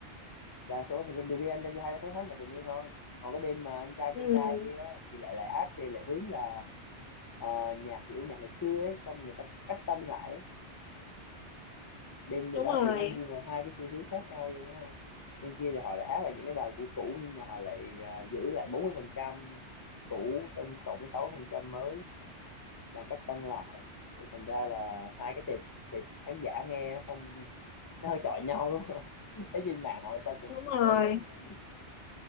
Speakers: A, on the left; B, on the left.
A: đa số thì bên BB anh trai hai đa số hát nhạc tình yêu thôi còn cái bên mà anh trai
B: ừ
A: trong gai kia á, thì lại lại hát thì lại hướng là ờ, nhạc kiểu nhạc ngày xưa ấy xong người ta cách tân lại ấy. bên bên
B: đúng
A: đó
B: rồi
A: kiểu nó đi vào hai cái xu hướng khác nhau luôn á bên kia thì họ lại hát lại những cái bài cũ cũ nhưng mà họ lại ờ, giữ lại 40% cũ trong cộng với 6% mới làm cách tân lại thì thành ra là hai cái tệp tệp khán giả nghe nó không nó hơi chọi nhau đúng không <laughs> thấy trên mạng họ ta cũng
B: đúng
A: cũng
B: rồi
A: đấu đá nhau